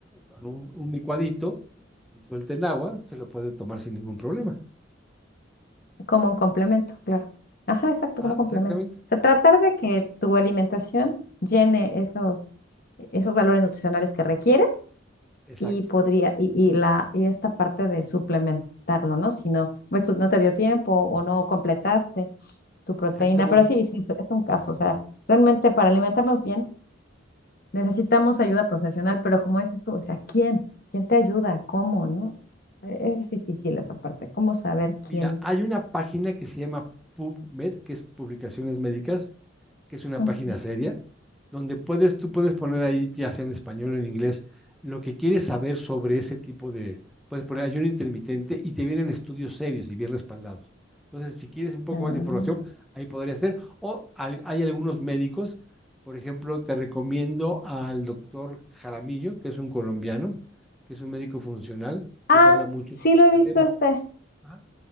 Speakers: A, in the centre; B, on the left (about 50°).
A: con un, un licuadito disuelta en agua se lo puede tomar sin ningún problema.
B: Como un complemento, claro. Ajá, exacto,
A: Ajá,
B: como complemento.
A: exactamente.
B: O sea, tratar de que tu alimentación llene esos, esos valores nutricionales que requieres
A: Exacto,
B: y podría, y, y la, y esta parte de suplementarlo, ¿no? Si no, pues tú no te dio tiempo o no completaste tu proteína,
A: exactamente.
B: pero sí, sí, es, es un caso. O sea, realmente para alimentarnos bien necesitamos ayuda profesional, pero como dices tú, o sea, ¿quién? ¿Quién te ayuda? ¿Cómo, no? E- Es difícil esa parte, cómo saber quién.
A: Mira, hay una página que se llama PubMed, que es Publicaciones Médicas, que es una
B: Ujú.
A: página seria. donde puedes, tú puedes poner ahí, ya sea en español o en inglés, lo que quieres saber sobre ese tipo de, puedes poner ayuno intermitente y te vienen estudios serios y bien respaldados. Entonces, si quieres un poco
B: Ah.
A: más de información, ahí podría ser. O al- hay algunos médicos, por ejemplo, te recomiendo al doctor Jaramillo, que es un colombiano, que es un médico funcional, que
B: Ah,
A: te habla mucho
B: sí
A: sobre
B: lo
A: este
B: he visto
A: tema.
B: este,
A: Ajá.